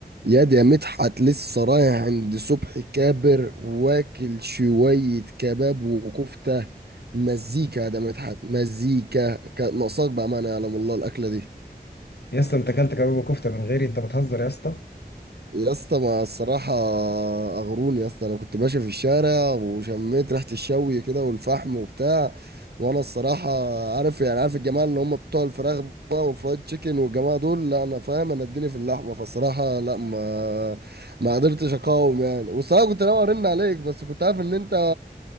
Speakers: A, on the right (about 75°); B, on the left (about 80°).
A: ياد يا مدحت لسه رايح عند صبحي كابر واكل شوية كباب وكفتة مزيكا يا ده مدحت مزيكا كانت ناقصاك بأمانة يعلم الله الأكلة دي
B: يا اسطى انت اكلت كباب وكفته من غيري انت بتهزر يا اسطى
A: يا اسطى ما الصراحة أغروني يا اسطى أنا كنت ماشي في الشارع وشميت ريحة الشوي كده والفحم وبتاع وأنا الصراحة عارف يعني عارف الجماعة اللي هم بتوع الفراخ بقى وفرايد تشيكن والجماعة دول لا أنا فاهم أنا اديني في اللحمة فالصراحة لا ما ما قدرتش أقاوم يعني والصراحة كنت ناوي أرن عليك بس كنت عارف إن أنت